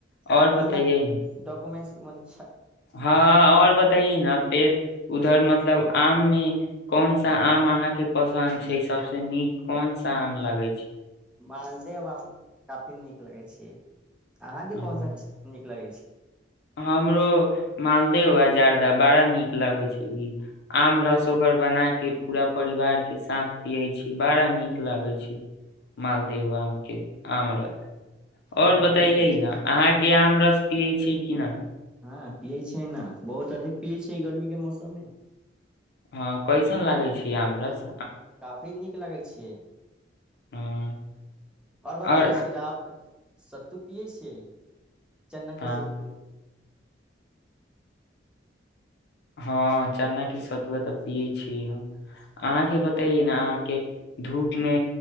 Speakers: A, on the left; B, in the centre.
A: आओर
B: आ पीना
A: बतैयै
B: कुमेसत
A: हँ आओर बताइए न फेर उधर मतलब आम मे कोन सा आम अहां के पसन्द छै सबस नीक कोन सा आम लागै छै
B: मालदेव आम काफी नीक लगै छी अहाँके
A: हम्म।
B: कौन सा नीक लगै छै
A: हमरो मालदेव आ जारदा बड़ा नीक लागै छै ई आम रस ओकर बना के पूरा परिवार के साथ पियै छी बड़ा नीक लागै छी मालदेव आमके आम रस आओर
B: हँ
A: बताैयै
B: ठीक अछि
A: न अहाँके आम रस पीयै छी कि न
B: हँ पियै छियै ने बहुत अधिक पियै छियै गर्मी के मौसम मे
A: हँ कैसन लागै छै आमरस
B: काफी नीक लगै छै छियै
A: हँ
B: आओर बताबै
A: और
B: छी न आप सत्तू पियै छियै चना
A: हँ
B: के सत्तू <unintelligible>
A: हँ चनाके सतुआ तऽ पियै छियै हम अहाँके बतैये ने अहाँके धूप मे